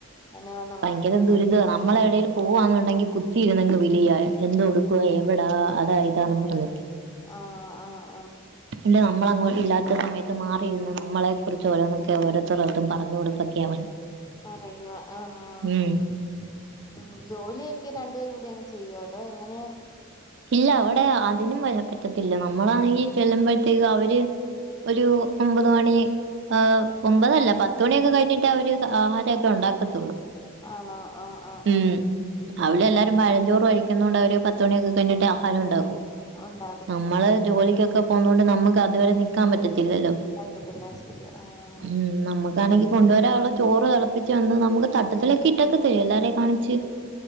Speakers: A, on the left; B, on the right.
A: അനുവാദം
B: ഭയങ്കര
A: വാങ്ങിക്കണം
B: ദുരിതയാണ് നമ്മൾ എവിടേലും.. പോവാന്നുണ്ടെങ്കി കുത്തിരുന്നെങ് വിളിയ എന്ത് ഇടുക്കുവ എവിടാ അതാ ഇതാന്ന് പറഞ്ഞു.
A: ആഹ് ആഹ
B: ഇല്ല നമ്മൾ അങ്ങോട്ട്ഇല്ലാത്ത സമയത്ത് മാറിയിരുന്ന് നമ്മളെ കുറിച്ച് ഓരോന്നൊക്കെ ഓരോരുത്തരോടും.. പറഞ്ഞ്കൊടുത്തക്കെണ്
A: പറയുവ ആഹ് ആഹ്
B: ഉം
A: ആഹ് ഉം ജോലിയൊക്കെ രണ്ടുപേരും കൂടി അങ്ങെ ചെയ്യുവ അതോ എങ്ങനെയാ.
B: ഇല്ല അവിടെ അതിനും വ പറ്റത്തില്ല നമ്മളാണെങ്കി ചെല്ലുമ്പോഴത്തേക്ക് അവര്. ഒരു ഒമ്പത് മണി. ഹ് ഒമ്പതല്ല പത്തുമണിയൊക്കെ കഴിഞ്ഞിട്ട് അവര് ആഹാരമൊക്കെ ഉണ്ടാക്കത്തുള്ളൂ.
A: ആണോ ആഹ് ആഹ്
B: ഉം
A: ആഹ്
B: അവിടെഎല്ലാരും
A: ആഹ്
B: പഴഞ്ചോറ് കഴി ണ്ട ഒരു പ ത്ത്മണിയക്കെ കഴിഞ്ഞട്ട് ആഹാരം ഉണ്ടാക്കും.
A: ഉണ്ട
B: നമ്മള് ജോലിക്കൊക്കെ പോകുന്നത കൊണ്ട് നമുക്ക് അതുവരെ നിക്കാൻ പറ്റത്തില്ലല്ലോ.
A: പറ്റത്തില്ല ശരി ആഹ്
B: ഉം നമ്മുക്കാണെങ്കിൽ കൊണ്ടുവരാനുള്ള ചോറ്. തിളപ്പിച്ച് തന്ന് നമുക്ക് തട്ടത്തിലലൊക്കെ ഇട്ടൊക്കെ തരുോ എല്ലാരും കാണിച്ച്.